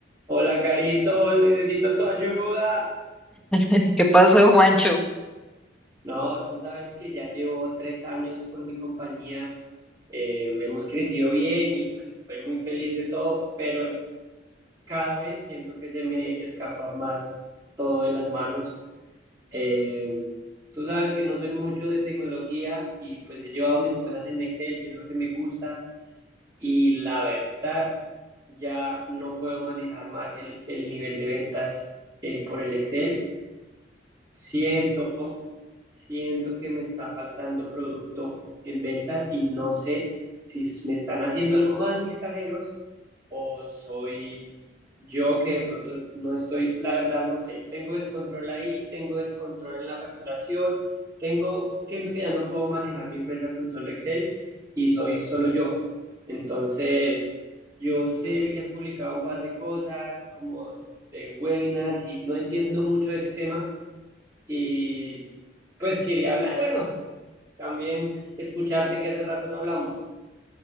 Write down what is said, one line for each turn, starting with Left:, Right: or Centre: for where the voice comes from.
Right: Hola, Carito, necesito tu ayuda.
Centre: <laughs> ¿Qué pasó, Juancho?
Right: No, tú sabes que ya llevo tres años con mi compañía. eh, hemos crecido bien y pues estoy muy feliz de todo, pero cada vez siento que se me escapa más todo de las manos. Eh, tú sabes que no soy mucho de tecnología y pues he llevado mis cosas en Excel, que es lo que me gusta, y la verdad ya no puedo manejar más el, el nivel de ventas eh, por el Excel. Siento siento que me está faltando producto en ventas y no sé si me están haciendo algo mal mis cajeros o soy yo que de pronto no estoy, la verdad no sé, tengo descontrol ahí, tengo descontrol en la facturación, tengo, siento que ya no puedo manejar mi empresa con solo Excel y soy solo yo. Entonces, yo sé que has publicado un par de cosas como de webinars y no entiendo mucho de ese tema y pues quería hablar, bueno, también escucharte que hace rato no hablamos.